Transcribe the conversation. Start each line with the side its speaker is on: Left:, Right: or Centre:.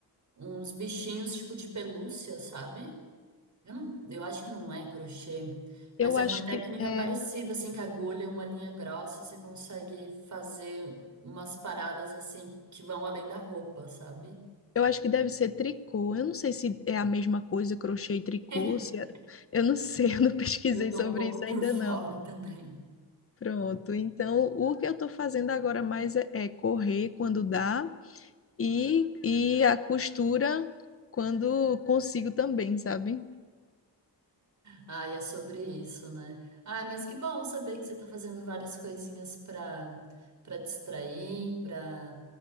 Right: uns bichinhos tipo de pelúcia, sabe? Eu, não, eu acho que não é crochê,
Left: Eu
Right: mas é
Left: acho
Right: uma técnica
Left: que é,
Right: parecida, assim, com agulha e uma linha grossa, você consegue fazer umas paradas, assim, que vão além da roupa, sabe?
Left: eu acho que deve ser tricô. Eu não sei se é a mesma coisa, crochê e tricô,
Right: <laughs>
Left: se é- eu não sei, <laughs> eu não pesquisei
Right: Eu tô
Left: sobre
Right: um pouco
Left: isso
Right: por
Left: ainda
Right: fora
Left: não.
Right: também.
Left: Pronto, então o que eu estou fazendo agora mais é é correr quando dá E, e a costura quando consigo também, sabe?
Right: Ah, é sobre isso, né? Ai, mas que bom saber que você tá fazendo várias coisinhas para para distrair, para